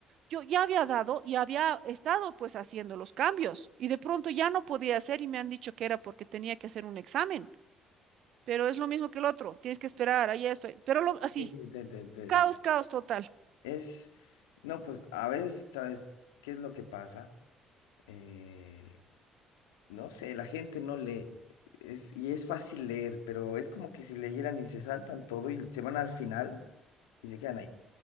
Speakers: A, on the right; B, on the left.
A: yo ya había dado y había estado pues haciendo los cambios y de pronto ya no podía hacer y me han dicho que era porque tenía que hacer un examen, pero es lo mismo que el otro, tienes que esperar, ahí estoy, pero lo- así,
B: Sí, <laughs> te- te- te-
A: caos, caos total.
B: Es, no, pues a veces, ¿sabes qué es lo que pasa? Eh, no sé, la gente no lee, es, y es fácil leer, pero es como que si leyeran y se saltan todo y se van al final y se quedan ahí.